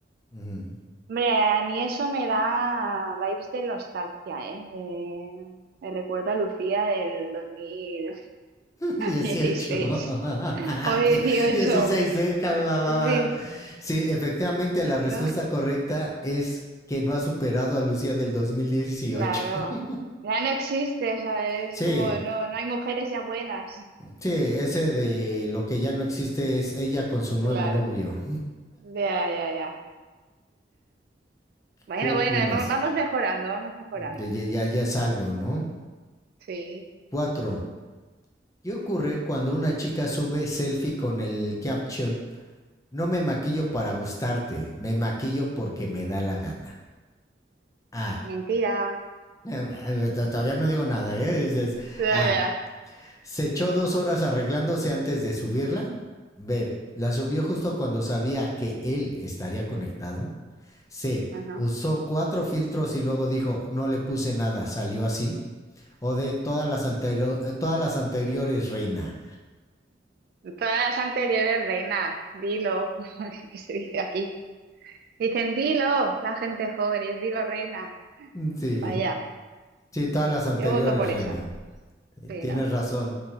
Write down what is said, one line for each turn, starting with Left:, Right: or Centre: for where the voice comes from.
Left: Ujú.
Right: Hombre, a mí eso me da vibes de nostalgia, ¿eh? De- Me recuerda a Lucía del dos mil
Left: dieciocho
Right: dieciséis.
Left: <laughs>
Right: O dieciocho
Left: dieciséis déjame, mamá.
Right: Sí.
Left: Sí, efectivamente la respuesta
Right: ¿No?
Left: correcta es que no ha superado a Lucía del dos mil dieciocho
Right: Claro.
Left: <laughs>
Right: Ya no existe, o sea, es
Left: Sí,
Right: como no, no hay mujeres ya buenas.
Left: sí, ese de lo que ya no existe es ella con su nuevo
Right: Claro.
Left: novio.
Right: Ya, ya, ya. Bueno,
Left: ¿Qué opinas?
Right: bueno, va- vamos mejorando, vamos mejorando.
Left: De- Ya, ya, es algo, ¿no?
Right: Sí.
Left: cuatro ¿Qué ocurre cuando una chica sube selfie con el caption? No me maquillo para gustarte, me maquillo porque me da la gana. A.
Right: Mentira.
Left: Eh, Todavía no digo nada, ¿eh? Es- es-
Right: Ya,
Left: A.
Right: ya.
Left: Se echó dos horas arreglándose antes de subirla. B. La subió justo cuando sabía que él estaría conectado. C.
Right: Ajá.
Left: Usó cuatro filtros y luego dijo, no le puse nada, salió así. O D. Todas las, antero- eh, todas las anteriores, reina.
Right: Todas las anteriores, reina, dilo, <laughs> que se dice aquí. Dicen dilo, la gente joven, y es dilo, reina.
Left: Mm, Sí,
Right: Vaya,
Left: sí, todas las anteriores,
Right: yo voto por
Left: reina.
Right: esa. Sí,
Left: Tienes
Right: ¿no?
Left: razón.